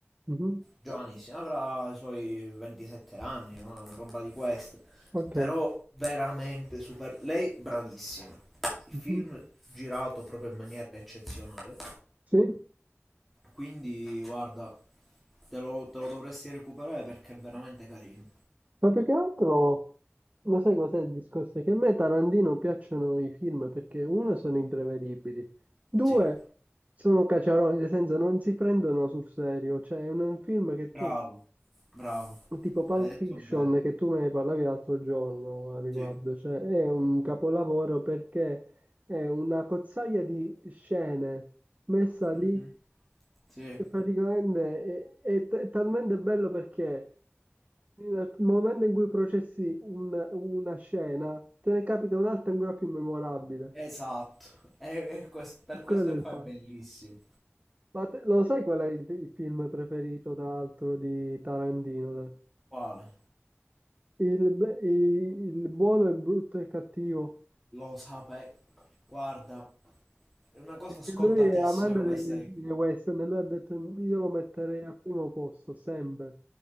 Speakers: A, on the right; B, in the centre.
A: mhm,
B: Giovanissima, avrà i suoi 27 anni, una roba di queste.
A: Ok.
B: Però veramente super. Lei bravissima. Il
A: mhm.
B: film girato proprio in maniera eccezionale.
A: Sì,
B: Quindi guarda, te lo, te lo dovresti recuperare perché è veramente carino.
A: ma più che altro, lo sai cos'è il discorso? È Che a me Tarantino piacciono i film perché, uno, sono imprevedibili, due,
B: Sì.
A: sono caciaroni, nel senso non si prendono sul serio. Cioè, è un film che tu,
B: Bravo, bravo.
A: tipo Pulp
B: Hai
A: Fiction,
B: detto bene.
A: che tu me ne parlavi l'altro giorno a riguardo,
B: Sì.
A: cioè è un capolavoro perché è una cozzaia di scene messa lì
B: Mhm. Sì,
A: E praticamente è, è t- è talmente bello perché nel momento in cui processi un- una scena, te ne capita un'altra ancora più memorabile.
B: esatto. E, e quest- per questo
A: Quello è
B: qua
A: il fatto.
B: è bellissimo.
A: Ma te- lo sai qual è il, il film preferito, tra l'altro, di Tarantino?
B: Quale?
A: Il, be- i- il buono, il brutto e il cattivo.
B: Lo sapevo. Guarda, è una cosa
A: Perché
B: scontatissima
A: lui è amante
B: questa.
A: dei,
B: è-
A: dei western e lui ha detto io lo metterei al primo posto, sempre.